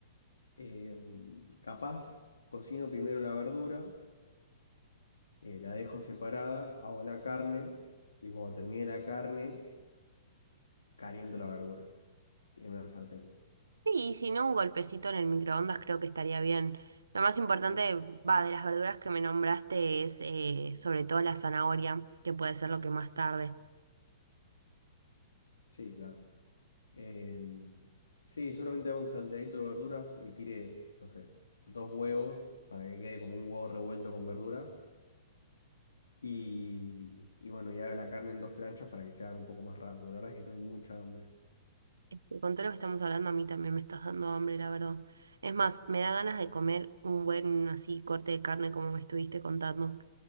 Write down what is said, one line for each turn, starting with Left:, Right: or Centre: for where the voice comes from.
Left: eh, capaz, cocino primero la verdura, eh, la dejo separada, hago la carne y cuando termine la carne, caliento la verdura en una sartén.
Right: Sí, y si no, un golpecito en el microondas creo que estaría bien. Lo más importante,
Left: Bien.
Right: va, de las verduras que me nombraste es eh, sobre todo la zanahoria, que puede ser lo que más tarde.
Left: Sí, claro. Eh, sí, seguramente haga un salteadito de verduras y tire, no sé, dos huevos para que quede como un huevo revuelto con verduras. Y, y bueno, y haga la carne en dos planchas para que se haga un poco más rápido. La verdad es que tengo mucha hambre.
Right: Este, con todo lo que estamos hablando, a mí también me estás dando hambre, la verdad. Es más, me da ganas de comer un buen así corte de carne como me estuviste contando.